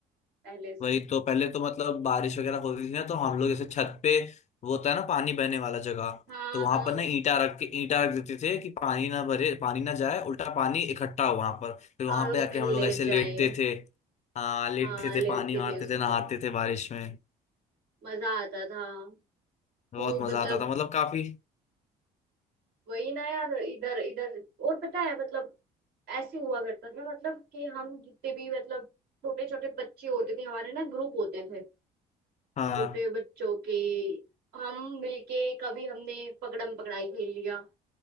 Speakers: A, on the right; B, on the left.
A: पहले से
B: वही तो पहले तो मतलब बारिश वगैरह होती थी ना तो हम लोग जैसे छत पे वो होता है ना पानी बहने वाला जगह
A: हाँ
B: तो वहां
A: हाँ
B: पर ना ईंटा रख के ईंटा रख देते थे कि पानी ना भरे पानी ना जाए उल्टा पानी इकट्ठा हो वहां पर फिर वहां
A: और उसमें
B: पे आके
A: लेट
B: हम लोग ऐसे लेटते
A: जाए
B: थे हाँ लेटते
A: हाँ लेटते
B: थे पानी मारते
A: थे उस
B: थे नहाते
A: पे
B: थे बारिश में
A: मजा आता था
B: बहुत
A: खूब
B: मजा
A: मतलब
B: आता था मतलब काफी
A: वही ना यार इधर इधर और पता है मतलब ऐसे हुआ करता था मतलब कि हम जितने भी मतलब छोटे छोटे बच्चे होते थे हमारे ना ग्रुप होते थे
B: हाँ
A: छोटे बच्चों के हम मिलके कभी हमने पकड़म पकड़ाई खेल लिया